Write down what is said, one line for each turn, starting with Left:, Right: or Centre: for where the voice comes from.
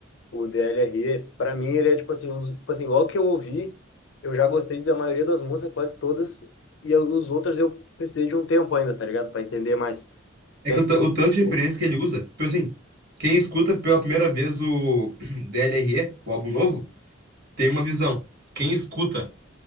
Left: o DLRE, pra mim ele é tipo assim, um dos, tipo assim, logo que eu ouvi, eu já gostei da maioria das músicas, quase todas, e eu- os outros eu precisei de um tempo ainda, tá ligado? Pra entender mais.
Right: É
Left: Daí,
Right: que o,
Left: tipo,
Right: ta- o tanto de referência que ele usa, tipo assim, quem escuta pela primeira vez o <clears throat> DLRE, o álbum novo, tem uma visão. Quem escuta